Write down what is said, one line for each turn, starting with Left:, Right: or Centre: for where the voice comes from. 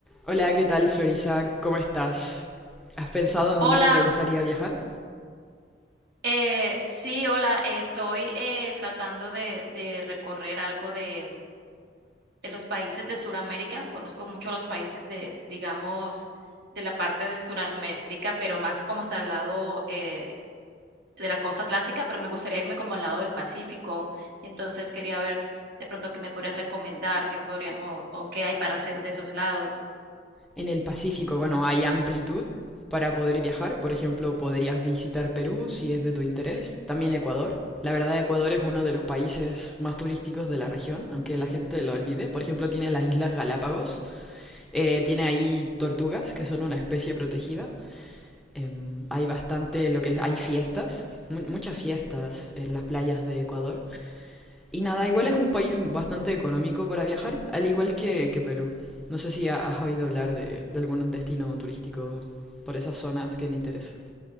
Centre: Hola, ¿qué tal, Florisa? ¿Cómo estás? ¿Has pensado
Right: Hola,
Centre: en dónde te gustaría viajar?
Right: eh, sí, hola, estoy eh, tratando de, de recorrer algo de, de los países de Sudamérica. Conozco mucho los países de, digamos, de la parte de Sudamérica, pero más como hasta el lado eh, de la costa atlántica, pero me gustaría irme como al lado del Pacífico. Entonces quería ver de pronto qué me podrías recomendar, qué podríamos o qué hay para hacer de esos lados.
Centre: En el Pacífico, bueno, hay amplitud para poder viajar. Por ejemplo, podrías visitar Perú si es de tu interés. También Ecuador. La verdad, Ecuador es uno de los países más turísticos de la región, aunque la gente lo olvide. Por ejemplo, tiene las Islas Galápagos. eh, tiene ahí tortugas, que son una especie protegida. Em, hay bastante lo que es, hay fiestas, mu- muchas fiestas en las playas de Ecuador. Y nada, igual es un país bastante económico para viajar, al igual que, que Perú. No sé si ha- has oído hablar de, de algún destino turístico por esas zonas que te interese.